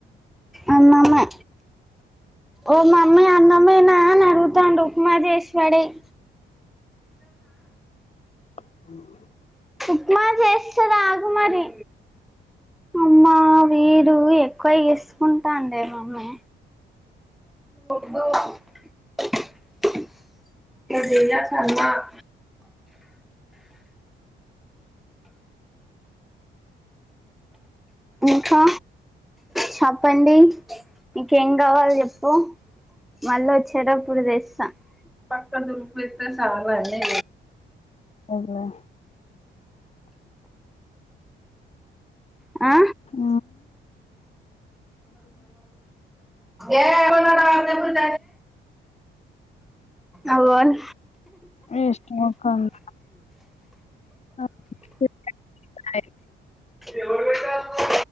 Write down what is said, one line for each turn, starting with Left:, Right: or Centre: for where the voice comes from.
Centre: అన్నమే ఓ మమ్మి అన్నమేనా అడుగుతండు ఉప్మా జేసీ పడేయ్
Left: <inaudible>
Centre: ఉప్మా చేస్తది ఆగు మరి అమ్మా వీడు ఎక్కువ ఇసుకుంటాండే మమ్మీ <inaudible> ఇట్లా చెయ్యాల్నా అమ్మ ఇంకా చెప్పండి మీకేం కావాలి చెప్పు మళ్ళ వచ్చేటప్పుడు తెస్తా పది రూపయస్త చాలానే
Left: అవునా
Centre: ఆ
Left: ఆ
Centre: ఏ ఎ <unintelligible> అవున్
Left: ఇస్తామో కాధో <unintelligible> హాయ్
Centre: ఎవరు పపెటాలో